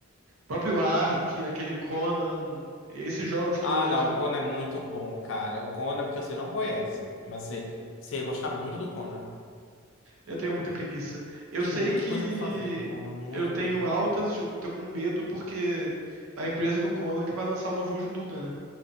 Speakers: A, on the right (about 80°); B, on the left (about 65°).
A: próprio Ark, aquele Conan, esses jogos todos,
B: Ah,
A: é
B: não,
A: tipo,
B: o Kona é muito bom, cara. O Kona é porque você não conhece, mas você, você ia gostar muito do Kona.
A: eu tenho muita preguiça. Eu
B: Tem
A: sei
B: muita
A: que
B: coisa pra fazer no Kona, muita
A: eu tenho
B: coisa.
A: altas, eu tô com medo porque a empresa do Conan que vai lançar o novo jogo de Duna, né?